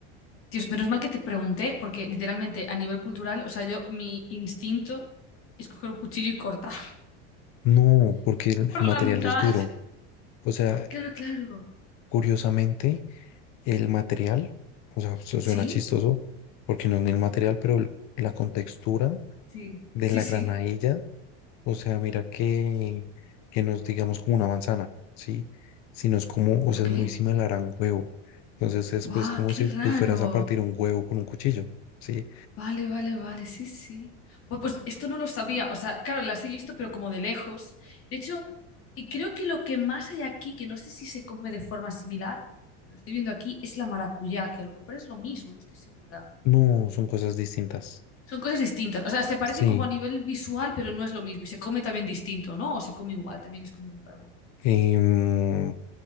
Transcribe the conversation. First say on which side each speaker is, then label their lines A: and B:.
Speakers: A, on the left; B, on the left.
A: Dios, menos mal que te pregunté, porque literalmente a nivel cultural, o sea, yo, mi instinto es coger un cuchillo y cortar
B: No, porque el,
A: <laughs> por
B: el material
A: la mitad.
B: es duro. O sea,
A: Claro, claro.
B: curiosamente, el material, o sea, eso suena
A: ¿Sí?
B: chistoso, porque no es ni el material, pero el- la contextura
A: Sí,
B: de
A: sí,
B: la
A: sí.
B: granadilla O sea, mira que, que nos digamos, como una manzana, ¿sí? Sino es como, o
A: Ok.
B: sea, es muy similar a un huevo. Entonces es
A: ¡Buah,
B: pues como
A: qué
B: si
A: raro!
B: tú fueras a partir un huevo con un cuchillo, ¿sí?
A: Vale, vale, vale, sí, sí. Bueno, pues esto no lo sabía, o sea, claro, las he visto, pero como de lejos. De hecho, y creo que lo que más hay aquí, que no sé si se come de forma similar, lo estoy viendo aquí, es la maracuyá, que a lo mejor es lo mismo, no estoy segura.
B: No, son cosas distintas.
A: Son cosas distintas, o sea, se parece
B: Sí.
A: como a nivel visual, pero no es lo mismo. Y se come también distinto, ¿no? O se come igual, también es como un huevo.
B: em,